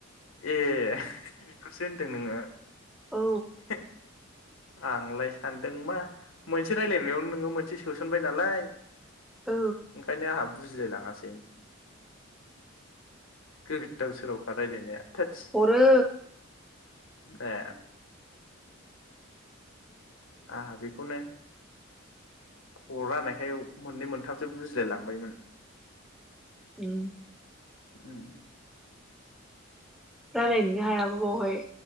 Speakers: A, on the left (about 80°); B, in the centre.
A: ए बेखौसो होनदों नोङो?
B: औ
A: <inaudible> आंलाय सानदों मा मोनसे रायलायनायावनो नोङो मोनसे सोनबाय नालाय
B: औ
A: ओंखायनो आंहाबो बुजिलायलाङासै गोदाव सोरावखा रायलायनाया। थोदस
B: हरो
A: ए आंहा बेखौनो हरा होननायखाय मोननै मोनथामसो बुजिलायलांबायमोन।
B: उम
A: उम
B: दालायनोनो हायाबा बावहाय